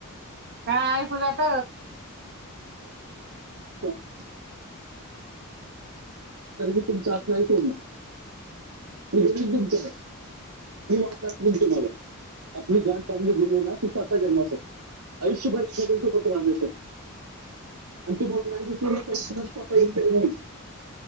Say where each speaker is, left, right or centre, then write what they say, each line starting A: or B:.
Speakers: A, on the right; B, on the right.
A: काय ऐकू जात
B: <unintelligible> तर मी तुमचा हात नाही सोडणार म्हणजे मी तुमचं मी वाट दाखवीन तुम्हाला आपली गाठ बांधली गेली ना ती साता जन्मासाठी आयुष्यभर एकमेकांच्या सोबत राहण्यासाठी आणि तुम्हाला माहितीच नाही.